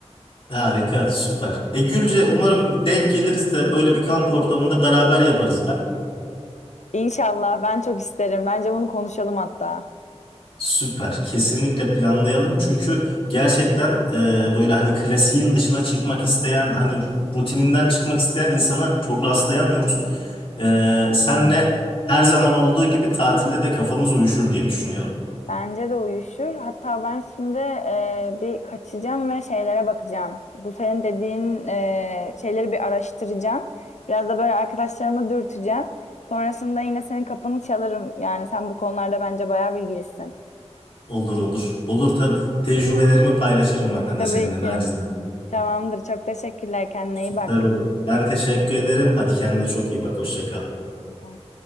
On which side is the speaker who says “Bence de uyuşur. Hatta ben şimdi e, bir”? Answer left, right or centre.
Left